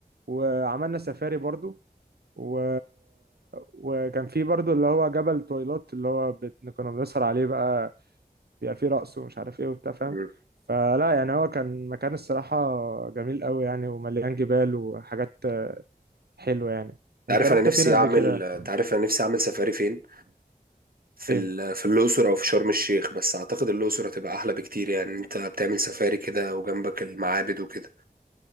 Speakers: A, on the right; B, on the right.
A: وعملنا سفاري برضو و... وكان في برضو اللي هو جبل تويلات اللي هو بت... كنا بنسهر عليه بقى بيبقى فيه رقص ومش عارف ايه وبتاع فاهم
B: مم.
A: فلا يعني هو كان مكان الصراحة جميل قوي يعني ومليان جبال وحاجات حلوة يعني
B: انت
A: انت
B: عارف
A: رحت
B: انا نفسي
A: فين قبل
B: اعمل
A: كده
B: انت عارف انا نفسي اعمل سفاري فين في
A: فين
B: ال... في الاقصر او في شرم الشيخ بس اعتقد الاقصر هتبقى احلى بكتير يعني انت بتعمل سفاري كده وجنبك المعابد وكده